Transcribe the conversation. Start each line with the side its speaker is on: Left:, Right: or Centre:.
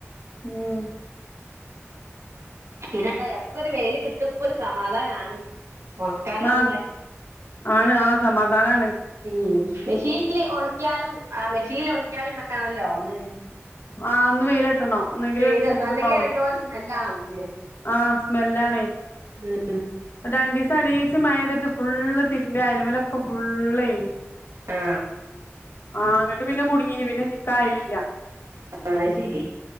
Left: ഉം
Right: പിന്നെന്താ ഇടക്കൊ ഒരു വെയില് കിട്ടുമ്പോ ഒരു സമാധാനമാണ് ഉണക്കാലോന്നുള്ള
Left: ആഹ് ആണ് ആ സമാധാമാണ്
Right: ഉം മെഷീനിൽ ഉണക്കാലും ആ മെഷീനി ഉണക്കാലും വേണല്ലോ ഒന്ന്
Left: ആ ഒന്ന് വെയില കിട്ടണോ എന്നെങ്കിലെ
Right: വെയില്
Left: ഒരു
Right: തട്ടണം
Left: ചൂട്താവുള്ളൂ
Right: അല്ലെങ്കിൽ എന്തോ ഒരു സ്മെല്ലാണല്ലോ
Left: ആ സ്മെല്ലാണേ
Right: ഉം
Left: രണ്ടിദിവസ അടി- പ മഴ പെയ്തിട്ട് ഫുള്ള് തിരുമ്പിയ അതിേമേലൊക്കെ ഫുളളാരുന്നു
Right: ആ
Left: ആഹ് അങ്ങിട്ട് പിന്നെ കുടുങ്ങീന് പിന്നെ ചിക്കായനില്ല
Right: അത് ശരി